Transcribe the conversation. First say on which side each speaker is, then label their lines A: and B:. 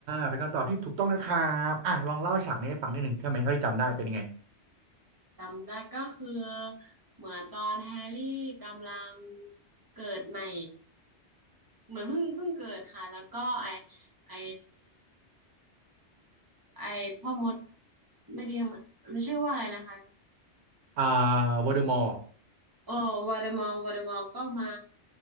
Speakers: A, on the right; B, on the right.
A: เป็นคำตอบที่ถูกต้องนะครับอ่ะลองเล่าฉากนี้ให้ฟังนิดหนึ่งใช่ไหมเท่าที่จำได้เป็นยังไง
B: จำได้ก็คือเหมือนตอนแฮร์รี่กำลังเกิดใหม่เหมือนเพิ่งเพิ่งเกิดค่ะแล้วก็ไอไอไอพ่อมดไม่ดีมันชื่อว่าอะไรนะคะ
A: อ่าวอเดอมอร์
B: เออวอเดมอลวอเดมอลก็มา